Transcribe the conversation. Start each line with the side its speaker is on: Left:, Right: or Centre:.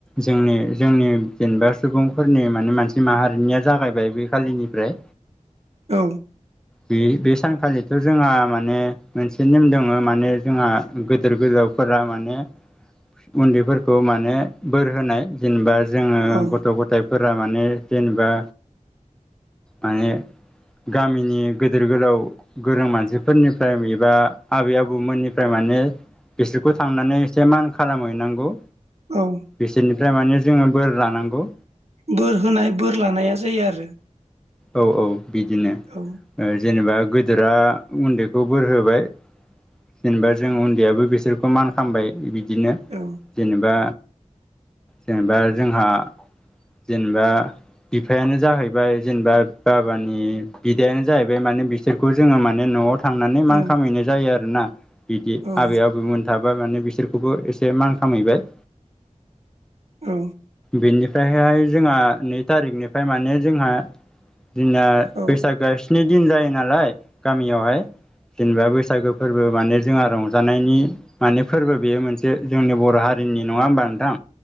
Centre: जोंनि जोंनि जेनेबा सुबुंफोरनि माने मानसि माहारिनिया जागायबाय बे खालिनिफ्राय।
Right: औ
Centre: बे -बे सानखालिथ' जोंहा माने मोनसे नेम दङ माने जोंहा गोदोर -गोलाव फोरा माने उन्दैफोरखौ माने बोर होनाय जेनेबा जोङो
Right: औ
Centre: गथ' गथाय फोरा माने जेनेबा माने गामिनि गेदेर गोलाव गोरों मानसिफोरनिफ्राय एबा आबै आबौमोननिफ्राय माने बिसोरखौ थांनानै एसे मान खालामहैनांगौ
Right: औ
Centre: बिसोरनिफ्राय माने जोङो बोर लानांगौ।
Right: बोर होनाय बोर लानाया जायो आरो।
Centre: औ औ बिदिनो।
Right: औ
Centre: जेनेबा गोदोरा उन्दैखौ बोर होबाय। जेनेबा जों उन्दैयाबो बिसोरखौ मान खालामामबाय बिदिनो
Right: औ
Centre: जेनेबा जेनेबा जोंहा जेनेबा बिफायानो जाहैबाय जेनेबा बाबानि बिदायानो जाहैबाय माने बिसोरखौ जोङो माने न'आव थांनानै
Right: औ
Centre: मान खामायनाय जायो आरोना बिदि
Right: औ
Centre: आबै- आबौमोन थाबा माने बिसोरखौबो एसे मान खामैबाय।
Right: औ
Centre: बेनिफ्रायहाय जोंहा नै थारिखनिफ्राय माने जोंहा जोंना
Right: औ
Centre: बैसागोआ स्नि दिन जायो नालाय गामियावहाय। जेनेबा बैसागो फोरबो माने जोंहा रंजानायनि माने फोरबो बेयो मोनसे जोंनि बर' हारिनि नङा होमबा नोंथां?